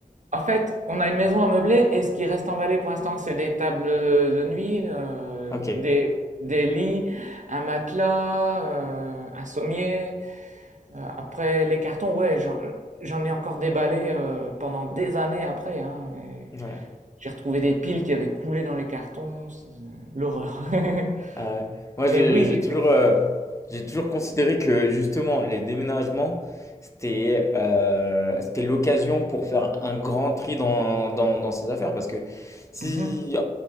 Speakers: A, on the right; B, on the left.
A: en fait, on a une maison à meubler et ce qui reste en Valais pour l'instant, c'est des tables de nuit, euh,
B: Ok.
A: des, des lits, un matelas, euh, un sommier. Euh, après, les cartons, ouais, j'en, j'en ai encore déballé euh, pendant des années après, hein, mais
B: Ouais.
A: J'ai retrouvé des piles qui avaient coulé dans les cartons. c'est- euh, L'horreur. <laughs>
B: Ah ouais. Moi, j'ai
A: Mais oui,
B: j'ai toujours,
A: effectivement.
B: euh, j'ai toujours considéré que justement, les déménagements, c'était euh, c'était l'occasion pour faire un grand tri dans, dans, dans ses affaires. Parce que si,
A: Mhm.